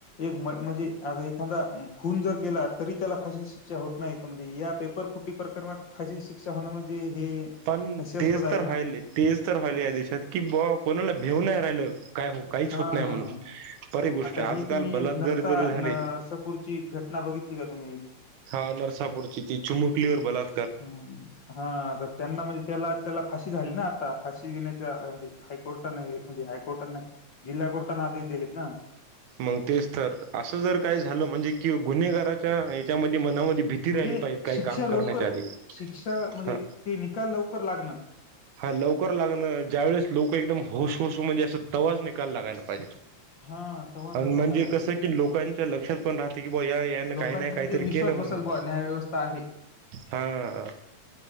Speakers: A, on the left (about 45°); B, on the right (about 85°).
A: एक म्हणजे आ एखादा खून जर केला तरी त्याला फाशी शिक्षा होत नाही. म्हणजे या पेपर फुटी प्रकरणात फशी शिक्षा होणं म्हणजे हे,
B: पण
A: हास्यास्पद
B: तेच
A: आहे
B: तर
A: ना
B: व्हायल तेच तर व्हायले या देशात कि ब कोणाला भेऊ नाही राहिलं. काय हो काहीच
A: हा हा
B: होत नाही म्हणून
A: हा
B: बरीे गोष्ट
A: आता
B: आजकाल
A: ही तुम्ही
B: बलात्कार
A: एक नरसा
B: जरी झाले.
A: नरसापूरची घटना बघितली का तुम्ही,
B: हा नरसापूरची ती चुमुकली वर बलात
A: हम! हा तर त्यांना म्हणजे त्याला त्याला फाशी झाली ना आता फाशी देण्याच्याजे हायकोर्टाने हे म्हजे हायकोर्टाने जिल्हा कोर्टाना आदेश दिलेत ना!
B: मग तेच तर असं जर काय झालं म्हणजे कि गुन्हेगाराच्या, याच्यामध्ये मनामध्ये भीती
A: म्हणजे
B: राहिली पाहिजे काही
A: शिक्षा
B: काम
A: लवकर
B: करण्याच्या आधी
A: शिक्षा म्हणजे
B: हा
A: ते निकाल लवकर. लागण.
B: हा लवकर लागणं ज्या वेळेस लोक एकदम होसहस म्हणजे अस तवाज निकाल लागायला पाहिजे.
A: हा तेव्हाच
B: अ
A: निकाल
B: म्हणजे
A: लागाय
B: कसं
A: पाहिजे
B: की लोकांच्या लक्षात ति की बुवा या यानी कायी
A: लोकांचा
B: नाही काहीतर
A: म्हणजे विश्वास
B: केलं म्हणून
A: बसल बुवा न्याय व्यवस्था आहे.
B: हा.